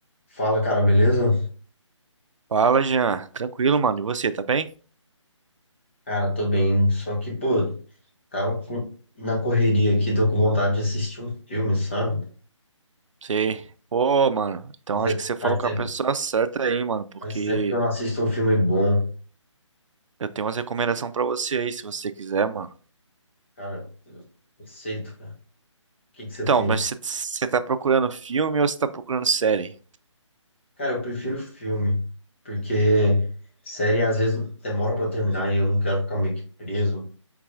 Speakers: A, on the left; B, on the right.
A: Fala, cara, beleza?
B: Fala, Jean. Tranquilo, mano. E você, tá bem?
A: Cara, tô bem, só que, pô, tava com- na correria aqui, tô com vontade de assistir um filme, sabe?
B: Sei. Pô, mano. Então
A: Fazia-
B: acho que você falou
A: Faz
B: com
A: tempo,
B: a pessoa certa aí, mano. Porque
A: faz tempo que eu não assisto um filme bom.
B: eu tenho umas recomendações pra você aí, se você quiser, mano.
A: Cara, eu aceito, cara. O que que você
B: Então,
A: tem?
B: mas você você tá procurando filme ou você tá procurando série?
A: Cara, eu prefiro filme, porque série às vezes demora pra terminar e eu não quero ficar meio que preso.